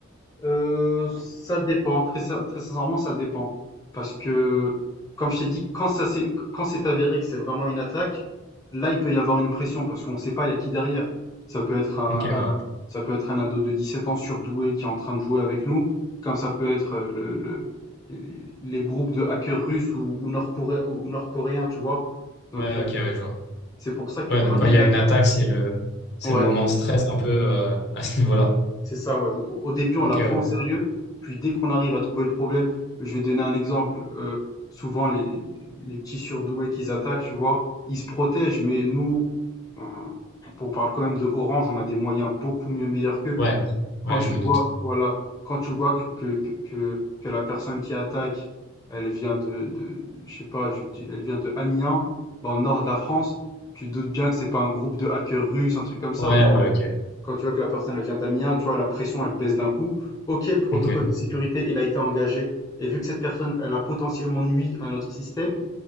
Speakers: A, on the left; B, on the left.
A: Heu, ça dépend, très sin très sincèrement, ça dépend. Parce que, comme je t'ai dit, quand ça s'est quand c'est avéré que c'est vraiment une attaque, là, il peut y avoir une pression parce qu'on ne sait pas il y a qui derrière. Ça peut être un
B: Ok,
A: un
B: ouais.
A: ça peut être un ado de 17 ans surdoué qui est en train de jouer avec nous, comme ça peut être, heu, le le les les groupes de hackers russes ou ou nord-coré ou nord-coréens, tu vois? Donc
B: Ouais,
A: heu,
B: ok, ouais, je vois.
A: c'est pour ça que
B: Ouais,
A: quand
B: donc
A: il
B: quand
A: y
B: il
A: a
B: y
A: une
B: a
A: attaque
B: une attaque, c'est le, c'est
A: ouais.
B: le moment de stress un peu euh, à ce niveau-là.
A: C'est ça, ouais. Donc, au au début, on
B: Ok,
A: la prend
B: ouais.
A: au sérieux, puis dès qu'on arrive à trouver le problème, je vais donner un exemple. euh, souvent, les, les, les petits surdoués qu'ils attaquent, tu vois, ils se protègent, mais nous, on, on parle quand même de Orange, on a des moyens beaucoup mieux meilleurs qu'eux.
B: Ouais,
A: Quand
B: ouais,
A: tu
B: je me
A: vois,
B: doute.
A: voilà, quand tu vois que, que, que, que- que la personne qui attaque, elle vient de, de je sais pas, je dis, elle vient de Amiens, dans le nord de la France, tu te doutes bien que c'est pas un groupe de hackers russes, un truc comme ça,
B: Ouais,
A: tu
B: ouais,
A: vois.
B: ok.
A: Quand tu vois que la personne elle vient d'Amiens, tu vois, la pression, elle baisse d'un coup. Ok, le protocole
B: Ok.
A: de sécurité, il a été engagé. Et vu que cette personne, elle a potentiellement nuit à notre système,